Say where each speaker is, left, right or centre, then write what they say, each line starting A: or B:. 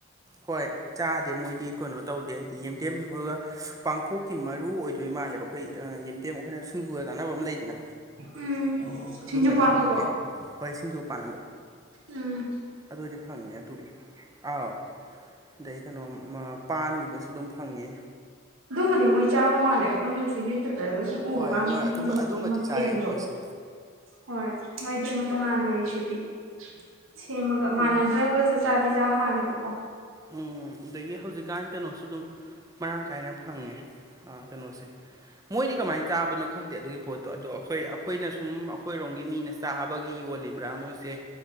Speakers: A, on the right; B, on the right.
A: ꯍꯣꯏ ꯆꯥꯗꯦ ꯃꯣꯏꯗꯤ ꯀꯩꯅꯣ ꯇꯧꯗꯦ ꯍꯥꯏꯗꯤ ꯌꯦꯦꯝꯗꯦꯝ ꯑꯩꯈꯣꯏꯒ ꯄꯥꯡꯈꯣꯛꯀꯤ ꯃꯔꯨ ꯑꯣꯏꯗꯣꯏ ꯃꯥꯜꯂꯦꯕꯣ ꯑꯩꯈꯣꯏ ꯌꯦꯦꯝꯗꯦꯝ ꯑꯩꯈꯣꯏꯅ ꯁꯤꯡꯖꯨꯒ ꯇꯥꯟꯅꯕ ꯑꯃ ꯂꯩꯗꯅ
B: ꯎꯝ ꯆꯤꯡꯖꯨ
A: ꯑꯗꯨꯝꯕꯗꯤ
B: ꯄꯥꯟꯕꯗꯣ
A: ꯐꯪꯉꯦ ꯍꯣꯏ ꯁꯤꯡꯖꯨꯄꯥꯟꯗꯣ
B: ꯎꯝ
A: ꯑꯗꯨꯗꯤ ꯐꯪꯉꯦ ꯑꯗꯨꯒꯤ ꯑꯧ ꯑꯗꯩ ꯀꯩꯅꯣ ꯄꯥꯟꯒꯨꯝꯕꯁꯨ ꯑꯗꯨꯝ ꯐꯪꯉꯤ
B: ꯑꯗꯨꯝꯕꯗꯤ ꯃꯣꯏ ꯆꯥꯕ ꯃꯥꯜꯂꯦ ꯑꯩꯈꯣꯏꯅꯁꯨ ꯌꯨꯠꯇꯠꯇꯒꯁꯨ ꯑꯣ
A: ꯍꯣꯏ
B: ꯀꯃꯤ
A: ꯃꯣꯏ ꯑꯗꯨꯝꯕ ꯑꯗꯨꯝꯕꯗꯤ
B: ꯃꯊꯦꯜꯗꯣ
A: ꯆꯥꯏꯌꯦ ꯃꯣꯏꯁꯦ
B: ꯍꯣꯏ ꯃꯣꯏ ꯑꯗꯨꯃꯇ ꯇꯣꯉꯥꯜ ꯂꯩꯔꯤꯁꯤꯗꯤ ꯁꯦꯝꯃꯒ ꯃꯥꯟꯅꯗ꯭ꯔ
A: ꯎꯝ
B: ꯍꯧꯖꯤꯁꯨ ꯁꯥꯗꯤ ꯆ ꯃꯥꯅꯦꯕꯀꯣ
A: ꯎꯝ ꯑꯗꯒꯤ ꯍꯧꯖꯤꯛꯀꯥꯟ ꯀꯩꯅꯣꯁꯨ ꯑꯗꯨꯝ ꯃꯔꯥꯡ ꯀꯥꯏꯅ ꯐꯪꯉꯦ ꯀꯩꯅꯣꯁꯦ ꯃꯣꯏꯗꯤ ꯀꯃꯥꯏꯅ ꯆꯥꯕꯅꯣ ꯈꯪꯗꯦ ꯑꯗꯨꯒꯤ ꯄꯣꯠꯇꯣ ꯑꯗꯣ ꯑꯩꯈꯣꯏ ꯑꯩꯈꯣꯏꯅ ꯁꯨꯝ ꯑꯩꯈꯣꯏꯔꯣꯝꯒꯤ ꯃꯤꯅ ꯆꯥꯕꯒꯤ ꯌꯣꯜꯂꯤꯕ꯭ꯔꯥ ꯃꯣꯏꯁꯦ